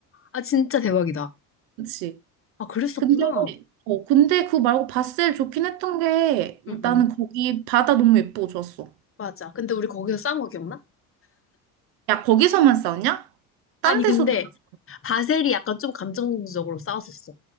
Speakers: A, on the left; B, on the right.
A: 아, 진짜 대박이다.
B: 그치?
A: 아, 그랬었구나.
B: 근데, 어, 근데 그거 말고 바셀 좋긴 했던 게
A: 응,
B: 나는
A: 응.
B: 거기 바다 너무 예쁘고 좋았어.
A: 맞아. 근데 우리 거기서 싸운 거 기억나?
B: 야, 거기서만 싸웠냐? 딴
A: 아니,
B: 데서도
A: 근데
B: 싸웠어?
A: 바셀이 약간 좀 감정적으로 싸웠었어.